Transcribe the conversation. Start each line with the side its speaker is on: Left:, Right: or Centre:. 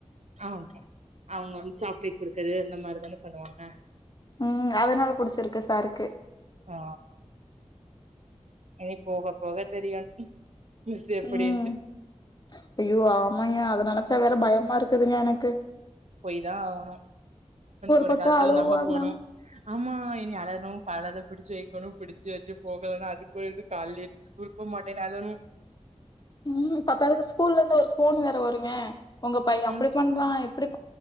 Right: ஆஹ் அவுங்க வந்து சாக்லேட் குடுக்குறது இந்த மாரி என்ன பண்ணுவாங்க
Left: ம் அதனால புடிச்சிருக்கு சாருக்கு
Right: ஆ இனி போக போக தெரியு மிஸ் எப்டின்ட்டு
Left: ம் ஐயோ ஆமயா அத நெனச்சா வேற பயமா இருக்குதுங்க எனக்கு
Right: போயி தா ஆகணு ஒரு
Left: பக்கம்
Right: காலத்துல
Left: அழுவாங்க.
Right: நம்ம போணோ ஆமா இனி அலனு பலத புடிச்சு வெக்கணு புடிச்சு வெச்சி போகலன்னா அதுக்கு ஒரு‌ இது கால்லயே ஸ்கூல் போமாட்டேன் அலனு
Left: ம் பத்தாதுக்கு ஸ்கூல்லருந்து ஒரு ஃபோன் வேற வருங்க உங்க பைய
Right: ம்
Left: அப்டி பண்றா இப்